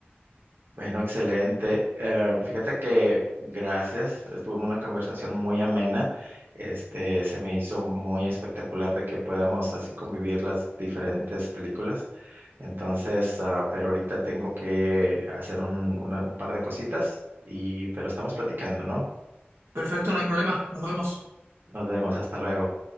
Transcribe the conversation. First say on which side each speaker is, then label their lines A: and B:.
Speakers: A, on the right (about 60°); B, on the right (about 85°).
A: Bueno, excelente. Eh, fíjate que gracias, estuvimos una conversación muy amena. Este, se me hizo muy espectacular de que podamos así convivir las diferentes películas. Entonces, ah, pero ahorita tengo que hacer un, una- un par de cositas y, pero estamos platicando, ¿no?
B: Perfecto, no hay problema. Nos vemos.
A: Nos vemos, hasta luego.